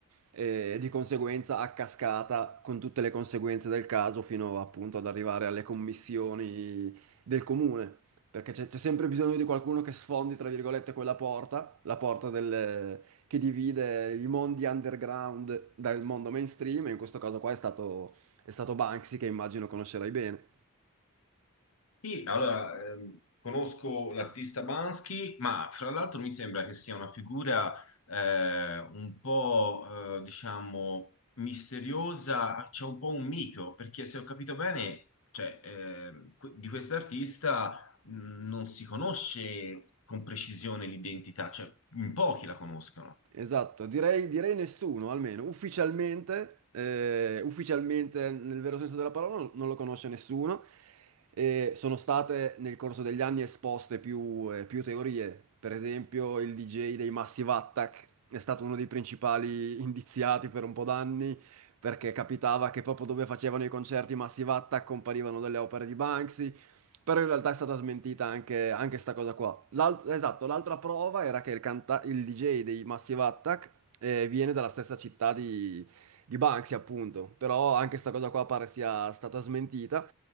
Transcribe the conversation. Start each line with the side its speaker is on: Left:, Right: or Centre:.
Right: eh, e di conseguenza a cascata con tutte le conseguenze del caso fino appunto ad arrivare alle commissioni del comune perché c'è c'è sempre bisogno di qualcuno che sfondi, tra virgolette, quella porta, la porta del- che divide i mondi underground dal mondo mainstream, e in questo caso qua è stato, è stato Banksy, che immagino conoscerai bene.
Left: Sì, allora, ehm, conosco l'artista Bansky, ma fra l'altro mi sembra che sia una figura eh, un po', eh, diciamo, misteriosa, c'è un po' un mito, perché se ho capito bene, cioè, ehm, que- di quest'artista mh, non si conosce con precisione l'identità, cioè in pochi la conoscono.
Right: Esatto, direi, direi nessuno, almeno ufficialmente, eh, ufficialmente nel vero senso della parola non, non lo conosce nessuno. E sono state nel corso degli anni esposte più, eh, più teorie, per esempio il DJ dei Massive Attack è stato uno dei principali <laughs> indiziati per un po' d'anni perché capitava che proprio dove facevano i concerti Massive Attack comparivano delle opere di Banksy. Però in realtà è stata smentita anche, anche sta cosa qua. L'alt- esatto, l'altra prova era che il, canta- il DJ dei Massive Attack eh, viene dalla stessa città di, di Banksy, appunto. Però anche sta cosa qua pare sia stata smentita.